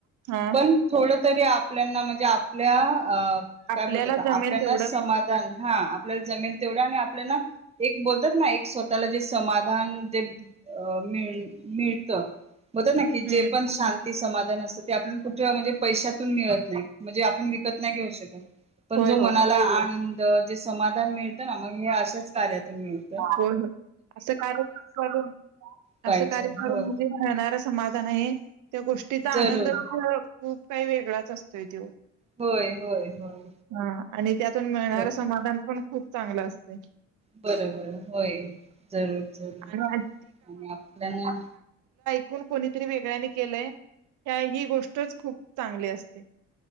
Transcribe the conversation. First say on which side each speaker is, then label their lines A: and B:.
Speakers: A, on the right; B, on the right.
A: हा.
B: पण थोडं तरी आपल्याना म्हणजे आपल्या अ
A: आपल्याला
B: काय बोलतात
A: जमेल
B: आपल्याना
A: तेवढं.
B: समाधान हा आपल्याला जमेल तेवढ्या आणि आपल्याला एक बोलतात ना एक स्वतःला जे समाधान जे मिळते मिळतं. बोलतात ना की
A: हम्म.
B: जे पण शांती समाधान असतात ते आपण कुठे म्हणजे पैशातून मिळत नाही, म्हणजे आपण विकत नाही घेऊ शकत, पण
A: होय,
B: जो
A: होय.
B: मनाला आनंद जे समा धान मिळत ना. मग हे आशाच कार्यातून मिळत.
A: हो हो असं कार कर
B: पाहिजे
A: असं खरं
B: हो
A: म्हणजे मिळणार समाधान आहे त्या गोष्टीचा
B: जरूर
A: आनंदचं खूप काही वेगळाच असतोय तो.
B: होय होय होय
A: हा आणि त्यातून मिळणारं
B: जरूर जरूर
A: समाधान पण खूप चांगल असतयं.
B: बरोबर. होय. जरूर जरूर
A: आणि आज
B: आणि आपल्याना
A: कून कोणीतरी वेगळ्यानी केलंय ह्या ही गोष्टच खूप चांगली असते.